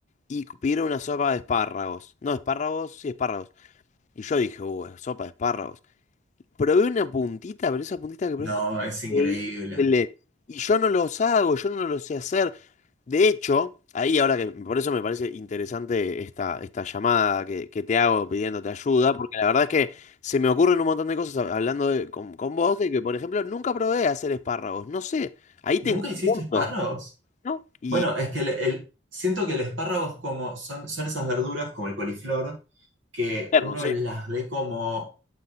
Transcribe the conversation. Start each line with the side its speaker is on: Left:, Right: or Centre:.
Left: Y pidieron una sopa de espárragos. No, espárragos, sí, espárragos. Y yo dije, uh, sopa de espárragos. Probé una puntita, pero esa puntita que probé
Right: no,
Left: está
Right: es increíble.
Left: increíble. Y yo no los hago, yo no lo sé hacer. De hecho, ahí ahora que por eso me parece interesante esta, esta llamada que, que te hago pidiéndote ayuda, porque la verdad es que se me ocurren un montón de cosas hab- hablando de- con, con vos, de que por ejemplo nunca probé hacer espárragos, no sé, ahí tengo
Right: ¿Nunca hiciste
Left: un mundo
Right: espárragos?
Left: y
Right: Bueno, es que el, el- siento que el espárrago es como, son, son esas verduras como el coliflor, que uno
Left: no sé.
Right: las ve como